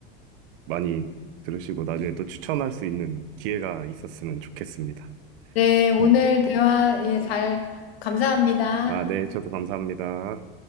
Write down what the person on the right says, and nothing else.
많이 들으시고 나중에 또 추천할 수 있는 기회가 있었으면 좋겠습니다.
네.
아, 네. 저도 감사합니다.